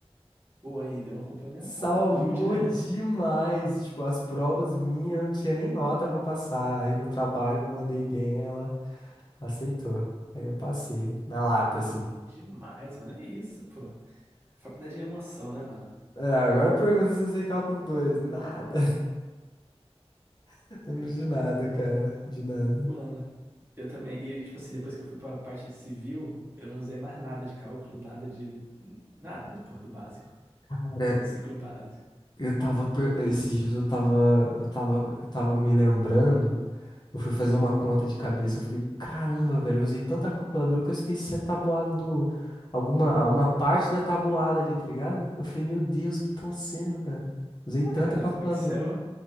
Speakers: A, on the right (about 20°); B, on the left (about 40°).
A: Pô, aí deu uma complementada,
B: Salvou
A: humilde, né,
B: demais.
A: mano?
B: Tipo, as provas minhas não tinha nem nota pra passar. Aí no trabalho eu mandei bem, ela aceitou. Aí eu passei, na lata, assim.
A: Pô, bom demais, mano. É isso, pô. Faculdade é emoção, né, mano?
B: É, agora pergunta se eu sei cálculo dois Nada. <laughs> Lembro
A: Caramba.
B: de nada, cara. De nada.
A: Mano, eu também. E, tipo assim, depois que eu fui pra parte de civil, eu não usei mais nada de cálculo, nada de. Nada, pô, do básico.
B: Cara,
A: Do ciclo básico.
B: eu tava. per- Esses dias eu tava. Eu tava. Eu tava me lembrando. Eu fui fazer uma conta de cabeça, eu falei, caramba, velho, eu usei tanta calculadora que eu esqueci a tabuada do... Alguma, uma parte da tabuada ali, tá ligado? Eu falei, meu Deus, o que que tá acontecendo, cara? Usei
A: Pô,
B: tanta
A: cara,
B: calculadora.
A: Excel.